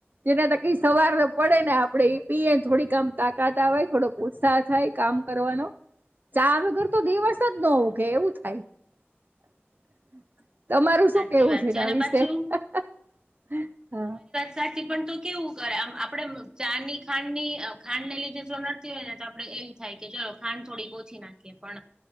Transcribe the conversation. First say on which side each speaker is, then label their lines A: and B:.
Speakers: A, on the right; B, on the right.
A: જેના થકી સવાર પડે ને આપડે ઈ પીએ ન થોડીક આમ તાકાત આવે થોડો ઉત્સાહ થાય કામ કરવાનો ચા વગર તો દિવસ જ નો ઉગે કે એવું થ <unintelligible> તમારું
B: સાચી
A: શું કેવું
B: વાત
A: છે એના
B: અને
A: વિશે
B: પાછું
A: હા
B: <unintelligible> પણ તો કેવું કરે અમ આપડે ચા ની ખાં ની ખાડ ને લીધે જો નડતી હોય ને તો આપડે એમ થાય કે ચલો ખાડ થોડી ઓછી નાખીએ પણ